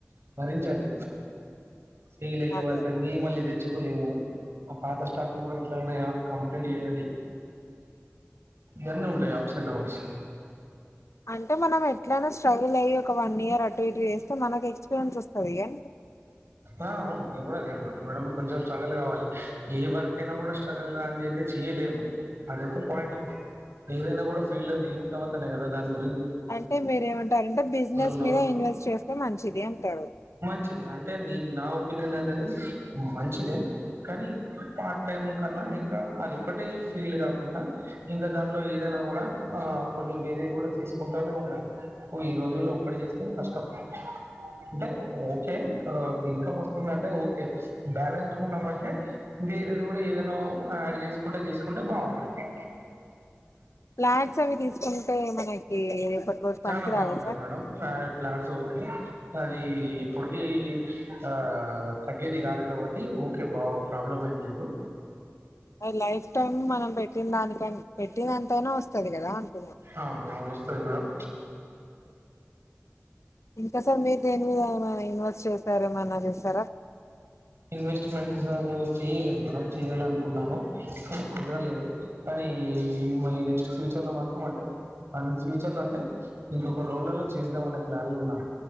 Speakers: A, on the right; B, on the left.
A: భరించాలి సేల్ అయ్యే
B: అదే
A: వరకన్ని మళ్ళీ తెచ్చు కో లేము ఆ పాత స్టాక్ ని కూడా ఎట్లాన్నాయా కంప్లీంట్ చేయండి. ఇవన్నీ ఉంటాయి అప్స్ అండ్ డౌన్స్
B: అంటే మనం ఎట్లయినా స్ట్రగుల్ అయ్యి ఒక వన్ ఇయర్ అటు ఇటు చేస్తే మనకి ఎక్స్పీరియన్స్ వస్తది గా
A: ఆ అవును నేను కూడా అదే అంటూనా కొంచెం స్ట్రగల్ కావాలి ఏ వర్క్ అయినా కూడా స్ట్రగల్ రంది అయితే చేయలేము అదేతే పాయింట్ ఏదైనా కూడా ఫీల్డ్ లో దిగినా తర్వాతనే గా కదా దాని గు
B: అంటే మీరేమంటారంటే బి. జి. నెస్
A: ఉన్నాము
B: మీద ఇన్వెస్ట్ చేస్తే మంచిది అంటారు.
A: మంచిది. అంటే నేను నా ఒపీనియన్ అనేది మంచిదే. కానీ పార్ట్ టైం కన్నా ఇంకా అది ఒకటే ఫీల్డ్ కాకుండా ఇంకా దాంట్లో ఏదైనా కూడా ఆ కొన్ని వేరేవి కూడా చేసుకుంటూనే ఉంటాలి. ఈ రోజుల్లో ఒకటి చేస్తే కష్టం. అంటే ఓ టే ఇన్కమ్ వస్తుందంటే ఓకే బ్యాలెన్స్డ్ ఉన్నామంటే వేరేది కూడా ఏదైనా యాడ్ చేసుకుంటే, చేసుకుంటే బాగుంటుంది.
B: ల్యాండ్ డ్స్ అవి తీసుకుంటే మనకి రేపటి రోజు
A: చాలా
B: పనికి రావా
A: బాగుంటుంది
B: సార్
A: మేడం ప్లాన్స్ ఓకే అది ఇప్పుడ్ధి ఆ తగ్గేది కాదు. కాబట్టి ఓకే బా ప్రాబ్లం ఏం లేదు.
B: అది లైఫ్ టైం మనం పెట్టిన దానికం పెట్టిన్ దాని కైనా వస్తది కదా అంటున్నా.
A: అవును అవును వస్తుంది మేడం
B: ఇంక సర్ మీరు దేనీ మీద ఆయన ఇన్వెస్ట చేసార ఏమన్నా చేసారా
A: ఇన్వెస్ట్మెంట్స్ చెయలేదు మన చేయాల అనుకున్నాను కానీ కుదరలేదు కానీ మ నెక్స్ట్ ఫ్యూచర్ లో మాత్రం అంటే మ ఫ్యూచర్ లో అంటే ఇంకా కొన్ని రోజులలో చేద్దాం అనే ప్లాన్లు ఉన్నా